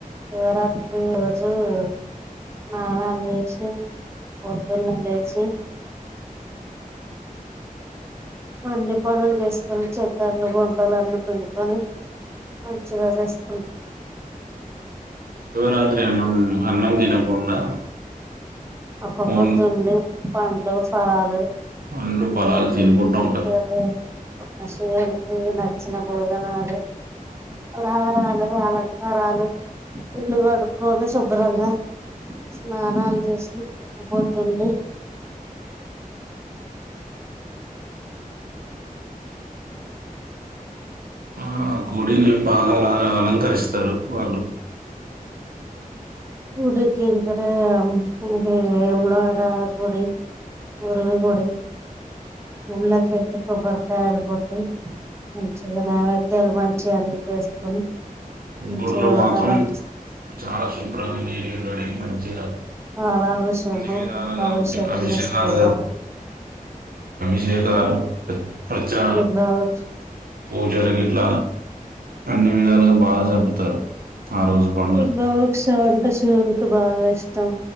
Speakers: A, on the right (about 20°); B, on the right (about 85°).
A: శివరాత్రి రోజు స్నానాలు చేసి పొద్దున్నే లేచి అన్ని పనులు చేసుకొని చేద్దార్లు, బొంతాలు అన్ని పిండుకొని మంచిగా రెస్ట్
B: శివరాత్రి అన్నం, అన్నం తినకుండా
A: ఒక్క పొద్దుండి.
B: ఓన్
A: పండ్లు, ఫలాలు
B: పండ్లు ఫలాలు
A: అ
B: తినుకుంటూ
A: మంచిగా
B: ఉంటారు
A: దేవున్ ఆ శివుడు ఇక నచ్చిన భోజనాలు ఫలహారాలు అలంకారాలు ఇల్లు కడుక్కొవాలి శుభ్రంగా స్నానాలు చేసి వక్కపోద్దుండి
B: ఆ గుడిని బాగా అలాగ అలంకరిస్తారు వాళ్ళు
A: గుడికి వెనుకల ఇది ఎల గుడిఉరులి గుడి ఉళ్యేకెళ్ళి కొబ్బరికాయలు కొట్టి మంచిగున్నవత్ పిల్ల మంచిగా ఉంది చేసుకొని మంచిగా
B: గుళ్ళో మాత్రం
A: తలం
B: చాలా శు ు ప్ర్రాద <inaudible> ఏ మంచిగా
A: పాలభిషేకం
B: అన్ని విధాలుగా
A: పుష్పాభిషేకం
B: అభిషేకాలు
A: చేసుకుంటారు
B: నితొ రాగం పత్త <unintelligible> వచ్చా
A: బిల్వవృక్షం
B: పూజాలన్నీట్ల అన్ని విధాలా బాగా జరుపుతారు ఆ రోజు పండుగ
A: ఇగొ బుక్స్ అంటె చూడడు నాకు బాగా ఇష్టం